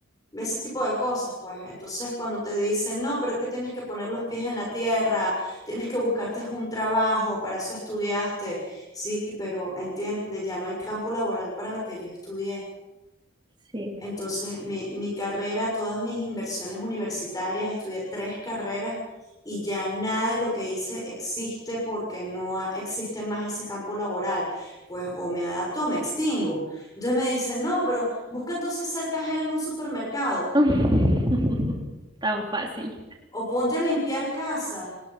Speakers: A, on the left (about 20°); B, on the right (about 20°).
A: ese tipo de cosas, pues. Entonces, cuando te dicen, no, pero es que tienes que poner los pies en la tierra, tienes que buscarte un trabajo, para eso estudiaste, sí, pero entiende, ya no hay campo laboral para lo que yo estudié.
B: sí.
A: Entonces, mi, mi carrera, todas mis inversiones universitarias, estudié tres carreras y ya nada de lo que hice existe porque no ha- existe más ese campo laboral. Pues o me adapto o me extingo. Entonces me dicen, no, pero busca entonces ser cajera en un supermercado
B: <laughs> Tan fácil.
A: o ponte a limpiar casas.